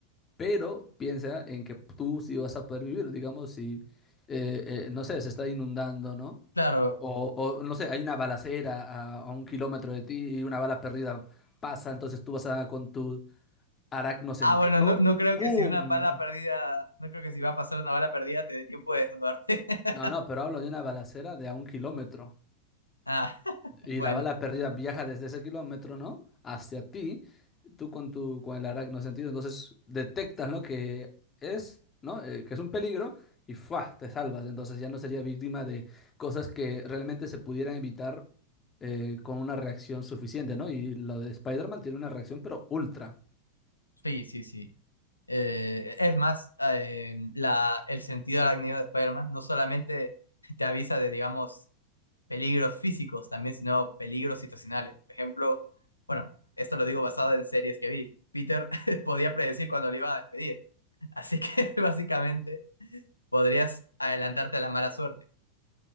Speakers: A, on the left; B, on the left.
A: Pero piensa en que tú sí vas a poder vivir, digamos, si, eh, eh, no sé, se está inundando, ¿no?
B: Claro.
A: O, o, no sé, hay una balacera a, a un kilómetro de ti y una bala perdida pasa, entonces tú vas a, con tu aracno sentido,
B: Ah, bueno, no, no creo
A: ¡pum!
B: que si una bala perdida, no creo que si va a pasar una bala perdida te dé tiempo de desnudarte. <laughs>
A: No, no, pero hablo de una balacera de a un kilómetro.
B: Ah,
A: Y
B: bueno,
A: la bala perdida viaja desde ese kilómetro, ¿no? Hacia ti, tú con tu, con el arácnido sentido, entonces detectas, ¿no? Que es, ¿no? Eh, que es un peligro y ¡fua! te salvas. Entonces ya no sería víctima de cosas que realmente se pudieran evitar eh, con una reacción suficiente, ¿no? Y lo de Spider-Man tiene una reacción, pero ultra.
B: sí, sí, sí. Eh, es más, eh, la, el sentido arácnido de Spider-Man no solamente te avisa de, digamos, peligros físicos también, sino peligros situacionales. Por ejemplo, bueno, esto lo digo basado en series que vi. Peter <laughs> podía predecir cuando le iban a despedir, así que <laughs> básicamente podrías adelantarte a la mala suerte.